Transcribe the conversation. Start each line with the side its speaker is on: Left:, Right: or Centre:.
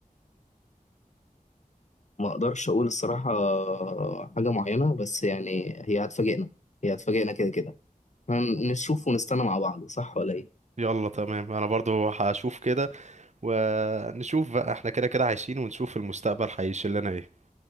Left: ما اقدرش اقول الصراحة حاجة معينة بس يعني هي هتفاجئنا هي هتفاجئنا كده كده هنشوف ونستنى مع بعض صح ولا ايه
Right: يلا تمام انا برضو هشوف كده ونشوف بقى احنا كده كده عايشين ونشوف المستقبل هيشيل لنا ايه